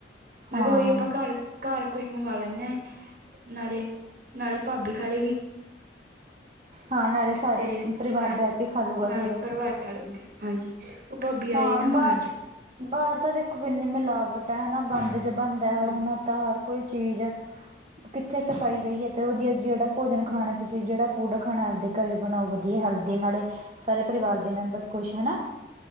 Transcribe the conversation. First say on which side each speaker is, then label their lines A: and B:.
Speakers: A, on the right (about 50°); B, on the right (about 35°).
A: ਮੈਂ
B: ਹਾਂ,
A: ਕਿਹਾ ਉਹੀਏ ਆਪਾਂ ਘਰ ਘਰ ਕੁਛ ਮੰਗਾਂ ਲੈਣੇ ਆ ਨਾਲੇ- ਨਾਲੇ ਭਾਬੀ ਖਾ ਲੇ ਗੀ।
B: ਹਾਂ ਨਾਲੇ ਸਾਰੇ
A: ਤੇ
B: ਪਰਿਵਾਰ
A: ਨਾਲ
B: ਬਹਿ ਕੇ ਖਾ ਲੂਗਾ
A: ਨਾਲੇ
B: ਚਲੋ,
A: ਪਰਿਵਾਰ ਖਾ ਲੂ ਗੇ। ਹਾਂਜੀ ਉਹ ਭਾਬੀ
B: ਹਾਂ
A: ਆਏ ਨਾ ਹੁਣ
B: ਬਾਹਰ-
A: ਅੱਜ
B: ਬਾਹਰ ਤਾਂ ਦੇਖੋ ਇਨੀ ਮਿਲਾਵਟ ਹੈ। ਹਨਾ ਬੰਦ 'ਚ ਬੰਦ
A: ਹਾਂਜੀ
B: ਤਾਂ ਹਰ ਕੋਈ ਚੀਜ਼ ਕਿੱਥੇ ਸਫ਼ਾਈ ਰਹੀ ਹੈ ਤੇ ਵਧੀਆ ਜਿਹੜਾ ਭੋਜਨ
A: ਹਾਂਜੀ
B: ਖਾਣਾ ਤੁਸੀ ਜਿਹੜਾ ਫੂਡ ਖਾਣਾ ਆਪਦੇ ਘਰ ਵੀ ਬਣਾਓ ਵਧੀਆ ਹੈਲਦੀ ਨਾਲੇ ਸਾਰੇ ਪਰਿਵਾਰ ਦੇ ਮੈਂਬਰ ਖੁਸ਼ ਹਨਾ।